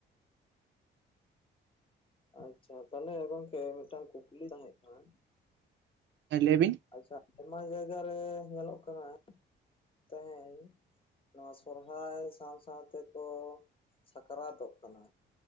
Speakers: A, on the left (about 25°); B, on the right (about 70°).
A: ᱟᱪᱪᱷᱟ ᱛᱟᱦᱚᱞᱮ ᱜᱚᱝᱠᱮ ᱢᱤᱫᱴᱟᱝ ᱠᱩᱠᱞᱤ ᱛᱟᱦᱮᱸᱜ ᱠᱟᱱᱟ,
B: ᱦᱮᱸ ᱞᱟᱹᱭ ᱵᱤᱱ?
A: ᱟᱪᱪᱷᱟ ᱟᱭᱢᱟ ᱡᱟᱭᱜᱟ ᱨᱮ ᱧᱮᱞᱚᱜ ᱠᱟᱱᱟ ᱛᱮᱦᱮᱧ ᱱᱚᱣᱟ ᱥᱚᱨᱦᱟᱭ ᱥᱟᱸᱶ ᱥᱟᱸᱶᱛᱮ ᱠᱚ ᱥᱟᱠᱨᱟᱛᱚᱜ ᱠᱟᱱᱟ᱾